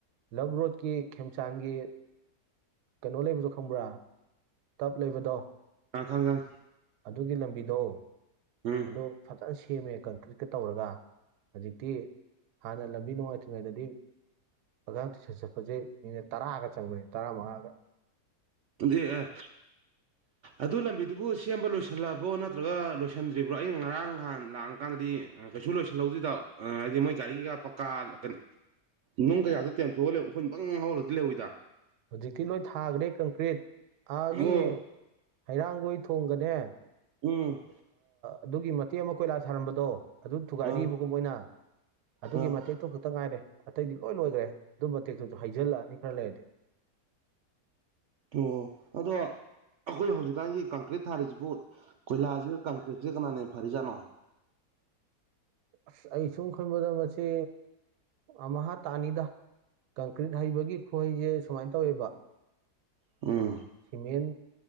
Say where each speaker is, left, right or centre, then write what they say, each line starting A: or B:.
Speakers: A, on the right (about 80°); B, on the right (about 65°).
A: ꯂꯞ ꯔꯣꯗꯀꯤ ꯈꯦꯝꯆꯥꯟꯒꯤ ꯀꯩꯅꯣ ꯂꯩꯕꯗꯣ ꯈꯪꯕ꯭ꯔꯥ ꯇꯞ ꯂꯩꯕꯗꯣ
B: ꯀꯥꯡꯈꯪꯒꯥꯡ
A: ꯑꯗꯨꯒꯤ ꯂꯝꯕꯤꯗꯣ
B: ꯎꯝ
A: ꯑꯗꯨꯗ ꯐꯖꯅ ꯁꯦꯝꯃꯦ ꯀꯪꯀ꯭ꯔꯤꯠꯀ ꯇꯧꯔꯒ ꯍꯧꯖꯤꯛꯇꯤ ꯍꯥꯟꯅ ꯂꯝꯕꯤ ꯅꯨꯡꯉꯥꯏꯇ꯭ꯔꯤꯉꯩꯗꯗꯤ ꯑꯗ ꯇꯨꯏꯁꯔꯠ ꯆꯠꯄꯁꯦ ꯃꯤꯅꯤꯠ ꯇꯔꯥꯒ ꯆꯪꯕꯅꯤ ꯇꯔꯥꯃꯉꯥꯒ
B: ꯑꯦ ꯑꯦ ꯑꯗꯨ ꯂꯝꯕꯤꯗꯨꯕꯨ ꯁꯦꯝꯕ ꯂꯣꯏꯁꯤꯜꯂꯕ꯭ꯔꯣ ꯅꯠꯇ꯭ꯔꯒ ꯂꯣꯏꯁꯤꯟꯗ꯭ꯔꯤꯕ꯭ꯔꯣ ꯑ ꯉꯔꯥꯡ ꯅꯍꯥꯟ ꯂꯥꯡꯀꯥꯟꯗꯗꯤ ꯀꯩꯁꯨ ꯂꯣꯏꯁꯤꯜꯍꯧꯗꯦꯗꯧ ꯍꯥꯏꯗꯤ ꯃꯣꯏ ꯒꯥꯔꯤ ꯀꯩꯀꯥ ꯄꯀꯥꯛꯀꯅ ꯅꯨꯡ ꯀꯌꯥꯗ ꯇꯦꯟꯊꯣꯛꯑꯒ ꯂꯩ ꯎꯈꯨꯟ ꯄꯪ ꯍꯧꯥꯎꯔꯒꯗꯤ ꯂꯧꯍꯏꯗ
A: ꯍꯧꯖꯤꯛꯇꯤ ꯂꯣꯏ ꯊꯥꯈ꯭ꯔꯦ ꯀꯪꯀ꯭ꯔꯤꯠ ꯑꯥꯒꯤ
B: ꯑꯣ
A: ꯍꯩꯔꯥꯡꯒꯣꯏ ꯊꯣꯡꯒꯅꯦ
B: ꯎꯝ
A: ꯑꯗꯨꯒꯤ ꯃꯇꯦꯛ ꯑꯃ ꯀꯣꯏꯂꯥ ꯊꯥꯔꯝꯕꯗꯣ ꯑꯗꯨ ꯊꯨꯒꯥꯏꯔꯤꯕꯒꯨꯝꯕꯣꯏꯅ
B: ꯑꯥ
A: ꯑꯗꯨꯒꯤ
B: ꯑꯥ
A: ꯃꯇꯦꯛꯇ ꯛꯇ ꯉꯥꯏꯔꯦ ꯑꯇꯩꯗꯤ ꯂꯣꯏ ꯂꯣꯏꯈ꯭ꯔꯦ ꯑꯗꯨꯝ ꯃꯇꯦꯛꯇꯨꯁꯨ ꯍꯩꯖꯤꯜꯂꯛꯑꯅꯤ ꯈꯔ ꯂꯩꯔꯗꯤ
B: ꯑꯣ ꯑꯗꯣ ꯑꯩꯈꯣꯏ ꯍꯧꯖꯤꯛꯀꯥꯟꯒꯤ ꯀꯪꯀ꯭ꯔꯤꯠ ꯊꯥꯔꯤꯁꯤꯕꯨ ꯀꯣꯏꯂꯥꯁꯤꯒ ꯀꯪꯀ꯭ꯔꯤꯠ ꯆ ꯀꯅꯥꯅꯤ ꯐꯔꯤꯖꯅꯣ
A: ꯑꯁ ꯑꯩ ꯁꯨꯝ ꯈꯟꯕꯗ ꯃꯁꯤ ꯑꯃꯥ ꯇꯥꯅꯤꯗ ꯀꯪꯀ꯭ꯔꯤꯠ ꯍꯩꯕꯒꯤ ꯈꯍꯩꯁꯦ ꯁꯨꯃꯥꯏꯅ ꯇꯧꯋꯦꯕ
B: ꯎꯝ
A: ꯁꯤꯃꯦꯟ